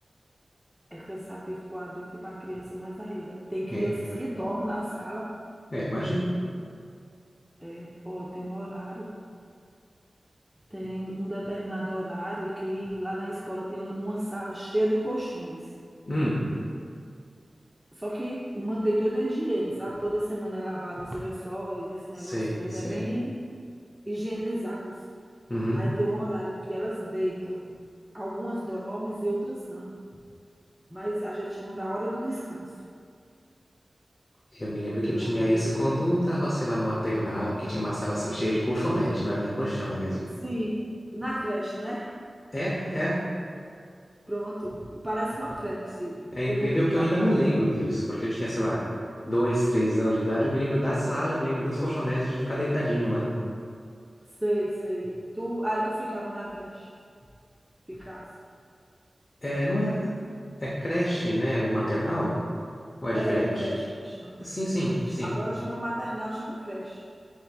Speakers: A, in the centre; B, on the left.
A: É cansativo para o adulto e para a criança Mas ainda. Tem crianças
B: É,
A: que dormem na sala,
B: é, imagino.
A: é, ó, tem um horário, tem um determinado horário que lá na escola tem uma sala cheia de colchões.
B: Hum,
A: Só que mantém toda a higiene, sabe? Toda semana é lavado os lençóis, esse
B: sei,
A: negócio todo.
B: sei.
A: É bem higienizados.
B: Uhum.
A: Aí tem um horário que elas deitam. Algumas dormem e outras não. Mas a gente chama da hora do descanso.
B: Eu me lembro que
A: E
B: eu
A: lá
B: tinha
A: também
B: isso
A: é muito.
B: quando tava, sei lá, no maternal, que tinha uma sala assim cheia de colchonete, não era nem colchão mesmo.
A: Sim, na creche, né?
B: É, é,
A: Pronto, parece com a creche,
B: É incrível
A: no turno
B: que
A: da
B: eu ainda
A: tarde.
B: me lembro disso, porque eu tinha, sei lá, dois, três anos de idade, eu me lembro da sala, eu me lembro dos colchonetes de ficar deitadinho lá.
A: Sei, sei. Tu, aí tu ficava na creche, ficasse.
B: É, não é, é creche, né? O maternal? Ou é
A: É,
B: diferente?
A: creche que chama.
B: Sim, sim,
A: É, ch-
B: sim.
A: agora chama maternal, chama creche.